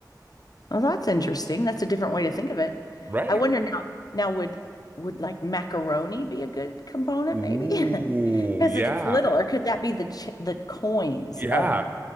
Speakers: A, on the left; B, on the right.
A: Well, that's interesting. That's a different way to think of it.
B: right?
A: I wonder now, now would would like macaroni be a good component
B: Ooh,
A: maybe? <laughs> Because
B: yeah.
A: it's little, or could that be the ch the coins
B: Yeah,
A: of